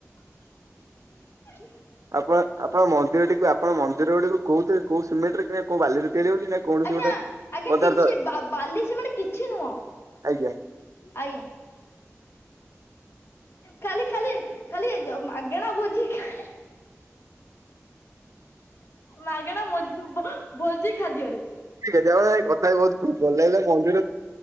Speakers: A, on the left (about 50°); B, on the right (about 80°).
A: <inaudible>
B: ଆପଣ ଆପଣ ମନ୍ଦିର ଟିକୁ ଆପଣ ମନ୍ଦିର ଗୁଡିକୁ କୋଉଥିରେ କୋଉ ସିମଣ୍ଟରେ କି କୋଉ ବାଲିରେ ତିଆରି ହଉଛି ନା କୌଣସି
A: ଆଜ୍ଞା
B: ଗୋଟେ
A: ଆଜ୍ଞା
B: ପଦାର୍ଥ
A: କିଛି
B: ଅଛି
A: ବା ବାଲି ସିମେଟ୍ ମାନେ କିଛି ନୁହଁ।
B: ଆଜ୍ଞା।
A: ଆଜ୍ଞା। ଖାଲି ଖାଲି ଖାଲି ଯୋ ମାଗଣା ଭୋଜି ଖା ମାଗଣା ମ ଭୋଜି ଖାଦ୍ୟରେ।
B: ଠିକ୍ ଯା ହାଉ କଥା ହେଇ ବହୁତ ଭଲ ଲାଗିଲା ମନ୍ଦିର